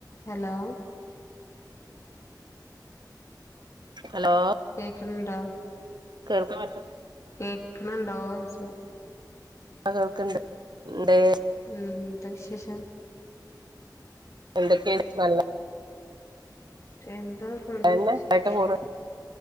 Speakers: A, on the left; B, on the right.
A: Hello
B: hello
A: കേക്ക്ണ്‌ണ്ടോ
B: കേൾക്ക്ണൊക്കെണ്ട്
A: കെക്ക്ണ് ണ്ടൊയ്ച്ച
B: ആഹ് കേൾക്ണ്ട് ഇണ്ട്
A: ഉം ന്താ വിശേഷം
B: എന്തൊക്കെണ് നല്ല
A: എന്താ നല്ല
B: നല്ലതന്നെ
A: വിശേഷം
B: ആയിട്ട് പോണ്